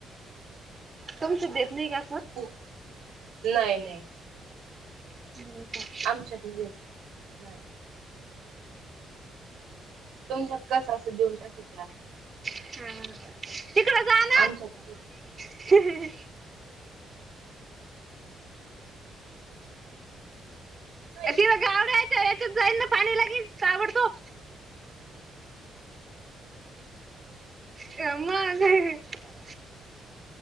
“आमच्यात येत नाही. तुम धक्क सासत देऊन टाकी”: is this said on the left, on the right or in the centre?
Right